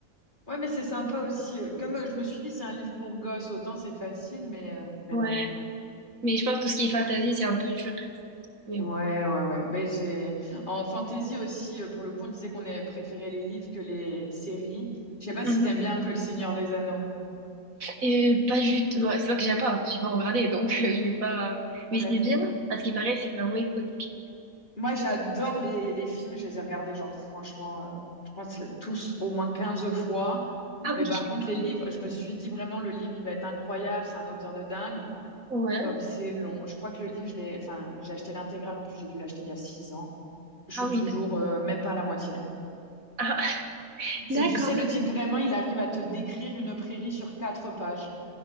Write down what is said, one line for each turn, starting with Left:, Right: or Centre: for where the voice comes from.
Left: Ouais, mais c'est sympa aussi. euh, Comme euh, je me suis dit, c'est un livre pour gosses, autant c'est facile, mais, euh, mais
Right: Ouais.
Left: non.
Right: Mais je pense que tout ce qui est fantasy, c'est un peu dur. Mais
Left: Ouais,
Right: bon.
Left: ouais, ouais. Mais j'ai... En fantasy aussi, euh, pour le coup, on disait qu'on avait préféré les livres que les séries. Je sais pas
Right: Mhm.
Left: si t'aimes bien un peu Le Seigneur des Anneaux.
Right: Et pas du tout... ouais, c'est pas que j'aime pas. hein. J'ai pas regardé, donc euh, je vais pas...
Left: Ouais.
Right: Mais c'est bien. À ce qui paraît, c'est vraiment iconique.
Left: Moi, j'adore les, les films. Je les ai regardés, genre, franchement, euh, je pense tous au moins 15 fois.
Right: Ah
Left: Mais
Right: oui.
Left: par contre, les livres, je me suis dit vraiment, le livre, il va être incroyable. C'est un auteur de dingue.
Right: Ouais.
Left: Comme c'est long. Je crois que le livre, je l'ai, enfin, j'ai acheté l'intégrale. En plus, j'ai dû l'acheter il y a six ans. Je suis
Right: Ah oui,
Left: toujours,
Right: d'accord.
Left: euh, même pas à la moitié.
Right: Ah, <laughs>
Left: C'est, tu
Right: d'accord.
Left: sais, le type vraiment, il arrive à te décrire une prairie sur quatre pages,